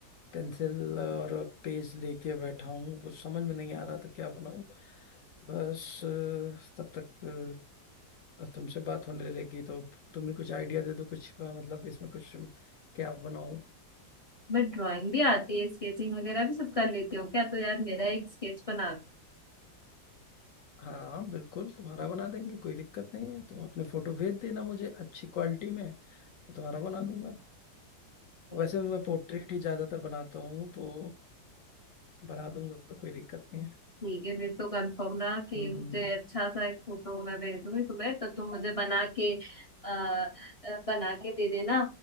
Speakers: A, on the left; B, on the left.
A: पेंसिल और पेज लेके बैठा हूं कुछ समझ में नहीं आ रहा था क्या बनाऊं बस अ, तब तक अ, तुमसे बात होने लगी तो तुम भी कुछ आइडिया दे दो कुछ अ, मतलब इसमें कुछ क्या बनाऊं
B: मैं ड्राइंग भी आती है स्केचिंग वगैरह भी सब कर लेती हूँ क्या तो यार मेरा एक स्केच बना
A: हाँ हाँ, बिल्कुल तुम्हारा बना देंगे कोई दिक्कत नहीं है तुम अपने फोटो भेज देना मुझे अच्छी क्वालिटी में मैं तुम्हारा बना दूंगा
B: हाँ
A: वैसे मैं पोर्ट्रेट ही ज्यादातर बनाता हूँ तो बना दूंगा कोई दिक्कत नहीं है
B: ठीक है फिर तो कंफर्म रहा कि
A: हम्म
B: मुझे अच्छा सा एक फोटो मैं भेज दूंगी तुम्हें तो तुम मुझे बना के आ, आ, बना के दे देना